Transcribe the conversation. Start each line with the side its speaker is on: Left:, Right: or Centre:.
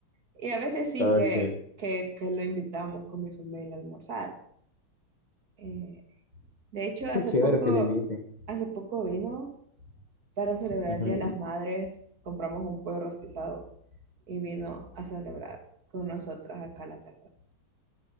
Right: Y a veces sí
Left: Ok.
Right: que, que, que lo invitamos con mi familia a almorzar. Eh, de hecho, hace
Left: Qué chévere
Right: poco,
Left: que le inviten.
Right: hace poco vino para celebrar
Left: Ujú.
Right: el Día de las Madres, compramos un pollo rostizado y vino a celebrar con nosotras acá a la casa.